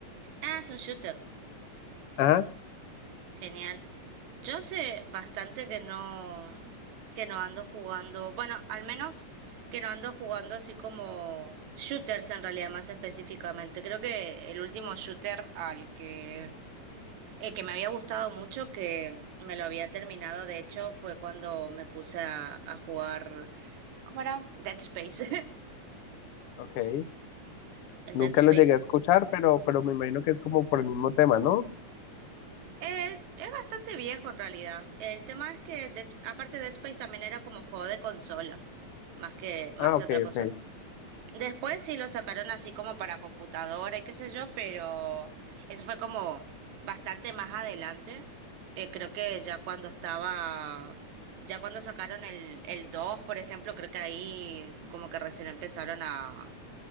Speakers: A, on the right; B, on the left.
A: Ah, es un shooter.
B: Ajá,
A: Genial. Yo hace bastante que no, que no ando jugando, bueno, al menos que no ando jugando así como shooters en realidad más específicamente. Creo que el último shooter al que El que me había gustado mucho, que me lo había terminado, de hecho, fue cuando me puse a, a jugar, ¿cómo era? Dead Space.
B: ok.
A: <laughs> El
B: Nunca
A: Dead Space.
B: lo llegué a escuchar, pero, pero me imagino que es como por el mismo tema, ¿no?
A: Eh, es bastante viejo en realidad. El tema es que, Dead Sp- aparte Dead Space también era como juego de consola, más que, más
B: Ah,
A: que
B: ok,
A: otra cosa.
B: ok.
A: Después sí lo sacaron así como para computadora y qué sé yo, pero eso fue como bastante más adelante. Eh, creo que ya cuando estaba, ya cuando sacaron el, el 2, por ejemplo, creo que ahí como que recién empezaron a,